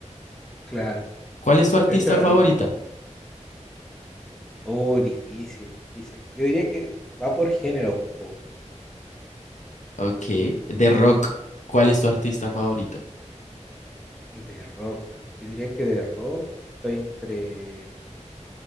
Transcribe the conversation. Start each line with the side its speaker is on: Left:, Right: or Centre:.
Centre: Claro,
Left: ¿Cuál es tu artista
Centre: de hecho,
Left: favorita?
Centre: ahí, oh, difícil, difícil. Yo diría que va por géneros un poco,
Left: Ok. De rock, ¿cuál es tu artista favorito?
Centre: de rock. Yo diría que de rock estoy entre,